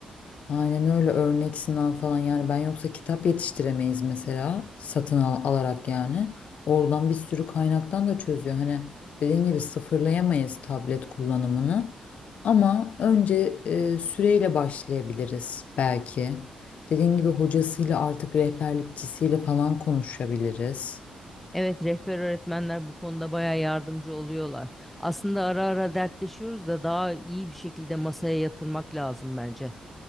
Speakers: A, on the left (about 65°); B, in the centre.
A: Aynen öyle örnek sınav falan yani ben yoksa kitap yetiştiremeyiz mesela satın al- alarak yani. Oradan bir sürü kaynaktan da çözüyor. Hani dediğin gibi sıfırlayamayız tablet kullanımını ama önce e, süreyle başlayabiliriz belki. Dediğin gibi hocasıyla artık rehberlikçisiyle falan konuşabiliriz.
B: Evet, rehber öğretmenler bu konuda bayağı yardımcı oluyorlar. Aslında ara ara dertleşiyoruz da daha iyi bir şekilde masaya yatırmak lazım bence.